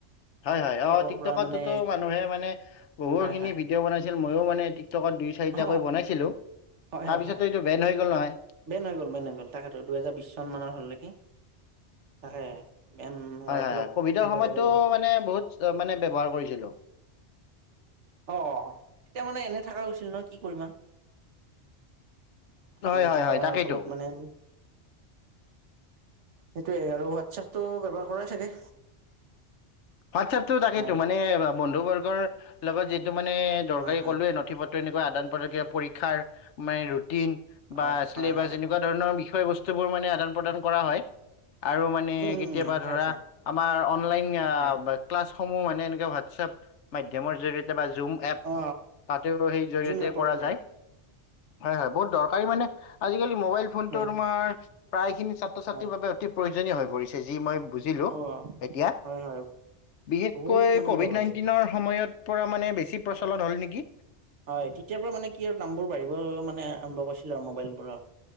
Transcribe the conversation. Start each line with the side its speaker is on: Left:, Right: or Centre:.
Left: হয় হয়
Right: টিকটকৰ
Left: অ', টিকটকতো
Right: পৰা মানে
Left: মানুহে মানে বহুতখিনি
Right: হয় হয়
Left: ভিডিঅ' বনাই ময়ো মানে টিকটকত দুই চাৰিটাকৈ
Right: অ
Left: বনাইছিলো,
Right: হয়
Left: তাৰপিছততো
Right: হয় হয়
Left: এইটো বেন হৈ গ'ল নহয়।
Right: বেন হৈ গ'ল, বেন হৈ গ'ল তাকেতো দুহেজাৰ বিশ চন মান হ'ল নেকি তাকে। বেন হোৱাৰ
Left: হয় হয়
Right: ফলত
Left: হয়, কভিডৰ
Right: এনেকুৱা
Left: সময়তটো
Right: হৈ গ'ল আৰু
Left: মানে বহুত মানে ব্যৱহাৰ কৰিছিলো।
Right: অ', তেতিয়া মানে এনে থাকা হৈছিল নহয় কি কৰিম অ',
Left: হয়
Right: এনেই
Left: হয়
Right: থকাৰ
Left: হয় তাকেইতো।
Right: ফলত মানে আমি সেইটোয়ে আৰু হোৱাটছএপতটো ব্যৱহাৰ কৰাই চাগে?
Left: হোৱাটছএপতটো তাকেইতো
Right: হয়
Left: মানে বন্ধু বৰ্গৰ লগত যিটো মানে দৰকাৰী
Right: হয় হয়
Left: ক'লোৱে নথি পত্ৰ এইটো এনেকুৱা আদান প্ৰদান, পৰীক্ষাৰ মানে ৰুটিন
Right: হয়
Left: বা চেলিবাছ
Right: হয় হয়
Left: এনেকুৱা ধৰণৰ বিষয় বস্তুবোৰ মানে আদান প্ৰদান কৰা হয়। আৰু মানে
Right: উম
Left: কেতিয়াবা
Right: উম সঁচা
Left: ধৰা
Right: সঁচা
Left: আমাৰ অনলাইন
Right: হয়
Left: ক্লাছসমূহ মানে এনেকুৱা হোৱাটছএপ মাধ্যমৰ জৰিয়তে বা জুম এপ
Right: অ
Left: তাতেও সেই জৰি়য়তে
Right: জুম এপৰ
Left: কৰা
Right: পৰা
Left: যায়। হয় হয় বহুত দৰকাৰী মানে আজিকালি মোবাইল ফোনটো
Right: হয়
Left: তোমাৰ
Right: হয়
Left: প্ৰায় খিনি ছাত্ৰ ছাত্ৰীৰ
Right: হয়
Left: বাবে অতি প্ৰয়োজনীয় হৈ পৰিছে যি মই বুজিলোঁ
Right: অ
Left: এতিয়া,
Right: হয় হয়
Left: বিশেষকৈ
Right: বহুত মানে
Left: ক'ভিড
Right: দৰকাৰী
Left: নাইণ্টিনৰ সময়ত পৰা মানে বেছি প্ৰচলন হ'ল নিকি।
Right: হয় তেতিয়াৰ পৰা মানে কি হল দাম্বোবোৰ বাঢ়িব মানে আৰম্ভ কৰিছিলো আৰু মোবাইল বোৰৰ।